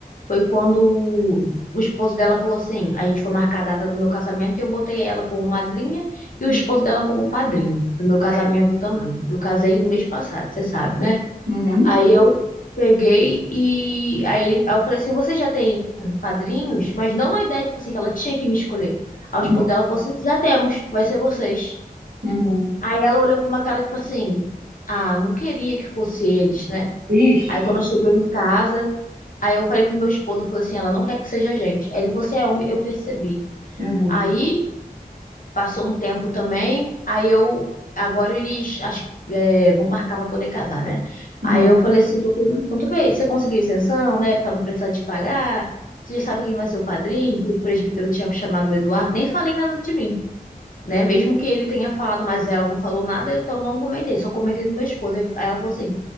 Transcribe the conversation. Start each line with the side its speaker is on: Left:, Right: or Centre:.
Left: foi quando o esposo dela falou assim, a gente foi marcar a data do meu casamento e eu botei ela como madrinha e o
Right: Hum,
Left: esposo dela como padrinho do meu
Right: sei.
Left: casamento também. Eu casei no mês passado, você sabe, né?
Right: Uhum,
Left: Aí eu peguei e aí, ele- aí eu falei assim, você já tem padrinhos? Mas não na ideia, tipo assim, que ela tinha que me escolher. Aos
Right: uhum,
Left: poucos ela falou assim, já temos, vai ser vocês.
Right: uhum.
Left: Aí ela olhou com uma cara, tipo assim, ah, não queria que fosse eles, né?
Right: Ixi,
Left: Aí quando chegou em casa, aí eu falei pro meu esposo, eu falei assim, ela não quer que seja a gente. Aí ele falou assim, é, eu, me- eu percebi.
Right: uhum,
Left: Aí Passou um tempo também, aí eu, agora eles, acho que é, vão marcar pra poder casar, né?
Right: uhum.
Left: Aí eu falei assim, tô perguntando, se você conseguiu isenção, né, Pra não precisar de pagar, você já sabe quem vai ser o padrinho, que o presbítero tinha chamado o Eduardo, nem falei nada de mim, né? Mesmo que ele tenha falado, mas ela não falou nada, então eu não comentei, só comentei do meu esposo. Ele- Aí ela falou assim,